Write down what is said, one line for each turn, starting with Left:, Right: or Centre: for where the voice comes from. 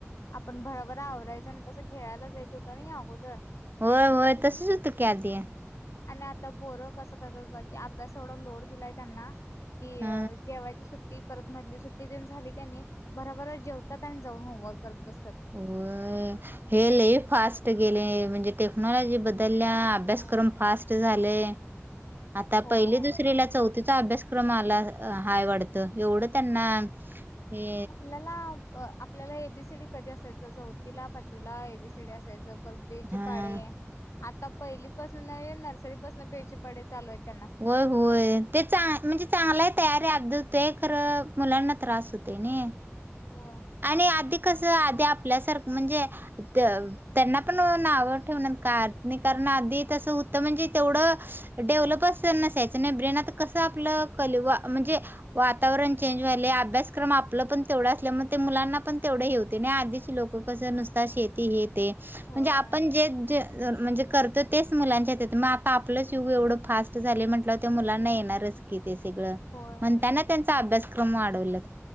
Left: आपण भराभरा आवरायचं आणि कसं खेळायला जा येत होतं ना या अगोदर
Right: होय होय तसच होतं की आधी
Left: आणि आता बोरं कसं करतात बा की अभ्यास एवढा लोड दिलाय त्यांना कि
Right: हा
Left: जेव्हा ते सुट सुट्टी परत मधली सुट्टी दे झाली का नाही बराबरच जेवतात आणि जाऊन होमवर्क करत बसतात
Right: अ हे ल फास्ट गेले म्हणजे टेक्नॉलॉजी बदलल्या अभ्यासक्रम
Left: हो
Right: फास् झाले आता पहि
Left: होय.
Right: दुसरीला चौथ अभ्यासक्रम मला हय वाढत एवढं त्यांना हे
Left: त्याला आपल्याला एबीसीडी कधी असायचं चौथीला पाचवीला एबीसीडी असायचं बेळचे
Right: हा
Left: पाडे आता पहिली पासून नर्सरी पासून बेळचे पाडे चालू आहेत त्यांनासनी.
Right: होय होय ते चांग म्हणजे चांगला तयारी अ होतेय खर मुलांना त्रास होतेय नाई
Left: होय
Right: आणि आधी कस आधी आपल्यासारख म्हणजे त्यांना पण नावं ठेवण्यात का नाही कारण आधी तसं होतं म्हणजे तेवढं डेव्हलपच नसायचं नाही ब्रेनत कस आपलं कलवा म्हणजे वातावरण चेंज व्हाले अभ्यासक्रम आपला पण तेवढा असल्या मग ते मुलांना पण तेवढे हे होते नाही आधीची लोक नुस शे ते
Left: होय
Right: म्हणजे आपण जे म्हणजे करतो तेच मुलांच्या येत मग आता आपलंच युग एवढं फास्ट झा म्हटलं ते मुलांना येणारच की ते सगळं
Left: होय होय.
Right: म्हणताना त्यांचा अभ्यासक्रम वाढवल